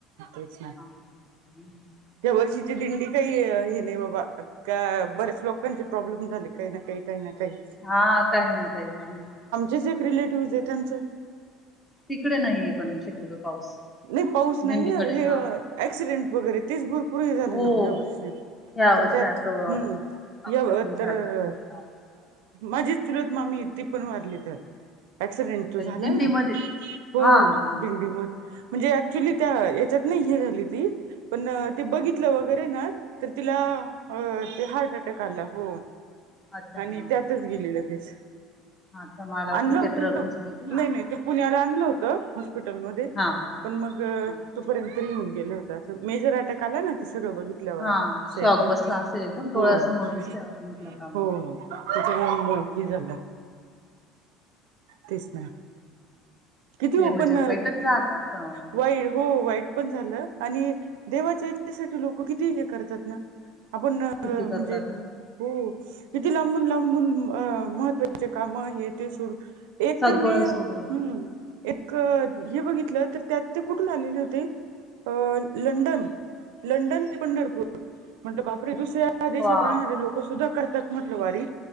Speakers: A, on the right; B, on the left.
A: तेच ना.
B: <inaudible>
A: या वर्षीची दिंडी काही हे नाही बाबा आ का बऱ्याच लोकांचे प्रॉब्लेम झाले काही ना काही काही ना काही.
B: हां काही ना काही काही ना काही.
A: जे एक रिलेटिव्ह आहे त्यांच
B: तिकडे नाहीये पण शक्यतो पाऊस.
A: नाही पाऊस नाहीये
B: दिंडीकडे
A: हे
B: हा
A: ऍक्सिडेंट वगैरे तेच भरपूर झालं
B: हो
A: ना यावर्षी.
B: या वर्षी
A: तर त्यात
B: असं
A: हम्म
B: आप- आपटकून
A: या
B: सारखं
A: तर
B: होता
A: माझीच चुलत मामी ती पण वारली त्यात ऍक्सिडेंट तो
B: काही
A: झाला
B: दिंडीमध्येच
A: ना हो
B: हा हा
A: दिंडी म म्हणजे ऍक्च्युली त्या याच्यात नाही हे झाली ती. पण ते बघितलं वगैरे ना तर तिला अ ते हार्ट अटॅक आला हो
B: अच्छा हा
A: आणि त्यातच गेली लगेच.
B: अच्छा मला वाटलं
A: आणलं होत
B: ते ट्रक
A: इथ
B: घुसली होती ना
A: नाही नाही ते पुण्याला आणलं होत हॉस्पिटलमध्ये-
B: हा
A: पण मग
B: हा
A: तोपर्यंत येिहन गेल होत मेजर अटॅक आला ना ते सगळं बघित- उठल्यावरअस
B: हा शॉक
A: एकदम
B: बसला असेल एकदम डोळ्यासमोर
A: हो, हो,
B: दिसल्यावर म्हटलं का मग
A: तिचं ना मुगी झालं. <unintelligible> तेच ना किती
B: ते
A: हो
B: म्हणजे
A: पण
B: वाईटच झालं असं
A: वाईट हो वाईट. पण झालं आणि देवाच्या, याच्यासाठी लोक किती हे करतात ना. आपण
B: किती
A: म्हणजे
B: करतात
A: हो. किती लांबून, लांबून, अ महत्त्वाचे काम हे ते सोड. एक
B: सगळं
A: तर मी हम्म
B: सोडून
A: एक हे बघितलं तर त्यात ते कुठून आलेल ओ तेई. अ लंडन, लंडन ते पंढरपूर म्हण बापरे दुसऱ्या- पर देशात
B: बाप
A: राहणारे लोक
B: रे.
A: सुद्धा करतात म्हटलं वारी